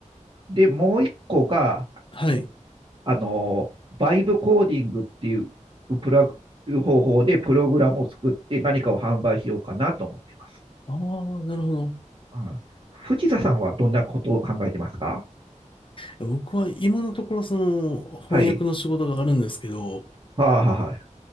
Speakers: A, on the right; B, on the left.
A: で、もう一個が、
B: はい。
A: あの、バイブコーディングっていうプラグ方法でプログラムを作って何かを販売しようかなと思ってます。
B: ああ、なるほど。
A: うん、藤田さんはどんなことを考えてますか
B: 僕は今のところその翻訳の仕事があるんですけど、
A: はい。はあ、はあはい。